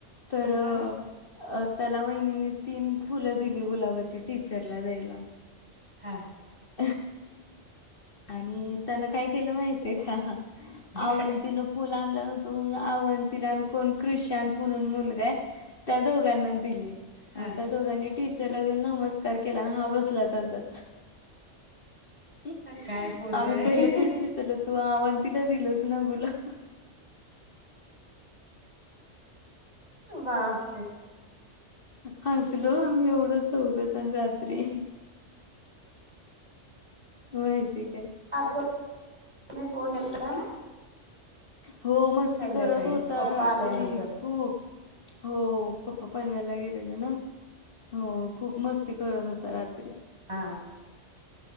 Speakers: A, on the left; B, on the right.
A: तर अ
B: मग
A: त्याला वहिनीनी तीन फुलं दिली गुलाबाची टीचरला द्यायला.
B: हा
A: <unintelligible> आणि त्यानं काय केलं माहिती हाय का? अवंतीन
B: काय
A: फूल आणला नव्हतं म्हणून अवंतीला आणि कोण क्रिशांत म्हणून मुलगा हाय त्या दोघांना दिले
B: हां
A: आणि त्या दोघांनी टीचरला देऊन नमस्कार केला अन हा बसला तसाच <inaudible>
B: काय पोर
A: आम्ही
B: काय
A: पहिलं तेच विचारलं तू अवतीला दिलस ना गुलाब
B: बापरे
A: हसलो आम्ही एवढं चौघ जण जन रात्री माहिती हाय काय
B: <unintelligible> फोन आलेला ना
A: हो मस्ती
B: संध्याकाळी
A: करत होता
B: पप्पा
A: रात्री
B: आल्यानंतर
A: खूप हो पप्पा पनवेलला गेलेले ना हो खूप मस्ती करत होता रात्री
B: हा